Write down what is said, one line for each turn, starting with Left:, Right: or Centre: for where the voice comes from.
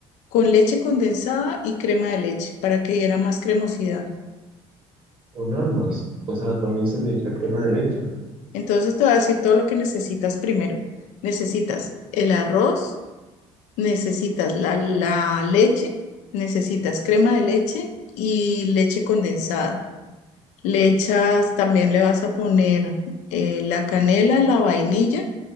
Left: con leche condensada y crema de leche para que diera más cremosidad.
Right: Con ambas. O sea, también se le echa crema de leche.
Left: Entonces te voy a decir todo lo que necesitas primero. Necesitas el arroz, necesitas la, la leche, necesitas crema de leche y leche condensada. Le echas, también le vas a poner eh, la canela, la vainilla